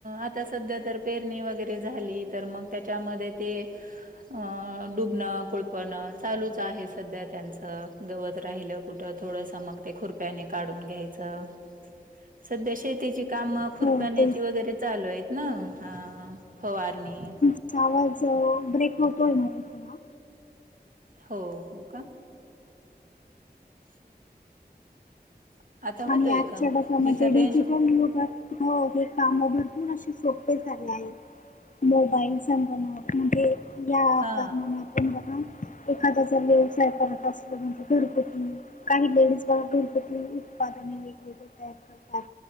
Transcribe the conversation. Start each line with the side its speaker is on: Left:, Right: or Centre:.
Right: आता सध्या तर पेरणी वगैरे झाली तर मग त्याच्यामध्ये ते अ डुबणं कुळपणं चालूच आहे सध्या त्यांचं गवत राहिलं कुठं थोडंस मग ते खुरप्याने काढून घ्यायचं. सध्या शेतीची काम खुरपण्याची
Left: हो तेच
Right: वगैरे
Left: तर
Right: चालू आहेत ना हा फवारणी
Left: तुमचा आवाज ब्रेक होतोय मध्ये थोडा
Right: हो होका <unintelligible> <unintelligible>
Left: आणि आजच्या
Right: का
Left: जगामध्ये
Right: मी तर
Left: डिजिटल
Right: रेंज
Left: यूजर हो हे काम भरपूर असे सोपे झाले आहे मोबाईल संगणक म्हणजे या
Right: हा
Left: कार बघा एखादा जर व्यवसाय करत असल म्हणजे घरगुती काही लेडीज बघ भित उत्पादने वेगवेगळे तयार करतात